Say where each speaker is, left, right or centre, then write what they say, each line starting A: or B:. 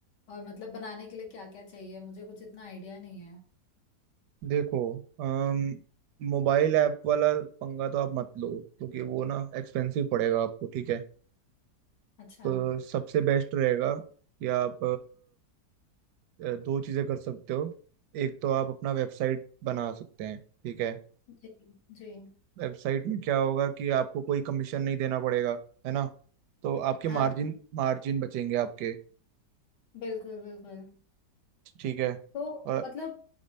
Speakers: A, on the left; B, on the right.
A: और मतलब बनाने के लिए क्या क्या चाहिए मुझे कुछ इतना आइडिया नहीं है
B: देखो अम, मोबाइल ऐप वाला पंगा तो आप मत लो क्योंकि वो ना एक्सपेंसिव पड़ेगा आपको ठीक है
A: अच्छा
B: तो सबसे बेस्ट रहेगा कि आप अ, दो चीज़ें कर सकते हो एक तो आप अपना वेबसाइट बना सकते हैं ठीक है
A: जी जी
B: वेबसाइट में क्या होगा कि आपको कोई कमीशन नहीं देना पड़ेगा है ना तो आपके
A: हाँ
B: मार्जिन
A: हाँ,
B: मार्जिन बचेंगे आपके
A: बिल्कुल बिल्कुल
B: ठीक है
A: तो
B: और
A: मतलब